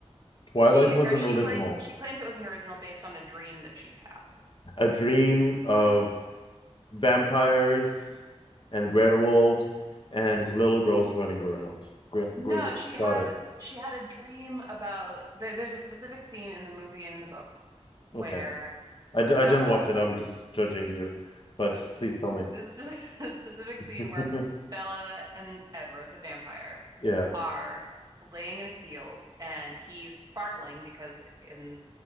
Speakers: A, on the left; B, on the right.
A: Twilight
B: She
A: was
B: or
A: an
B: she
A: original,
B: claims she claims it was an original based on a dream that she'd had.
A: a dream of vampires and werewolves and little girls running around. Great,
B: No,
A: great.
B: she had
A: Got it.
B: she had a dream about there, there's a specific scene in the movie and in the books where
A: Okay. I, d I
B: Bella
A: didn't watch it. I'm just judging you, but please tell me.
B: there's a specific, <laughs> a specific scene
A: <laughs>
B: where Bella and Edward, the vampire,
A: Yeah.
B: are laying in a field and he's sparkling because in